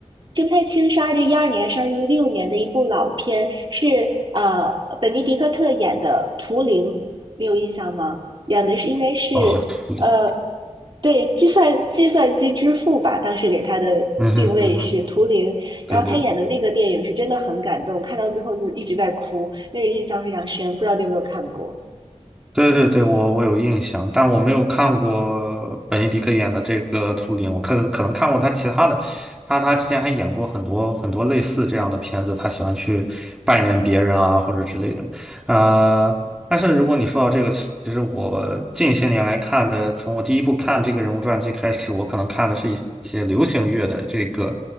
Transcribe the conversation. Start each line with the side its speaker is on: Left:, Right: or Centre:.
Right: 记不太清是二零一二年还是二零一六年的一部老片，是呃本尼迪克特演的《图灵》，你有印象吗？演的是应该是。
Centre: 哦，图里，
Right: 呃，对，计算计算机之父吧，当时给他的定位是图灵，
Centre: 嗯哼嗯哼，对对。
Right: 然后他演的那个电影是真的很感动，看到最后就一直在哭，那个印象非常深，不知道你有没有看过？
Centre: 对对对，我我有印象，但我没有看过本尼迪克演的这个《图灵》，我可可能看过他其他的，他他之前还演过很多很多类似这样的片子，他喜欢去扮演别人啊或者之类的，啊、但是如果你说到这个，其实我近些年来看的，从我第一部看这个人物传记开始，我可能看的是一些流行乐的这个，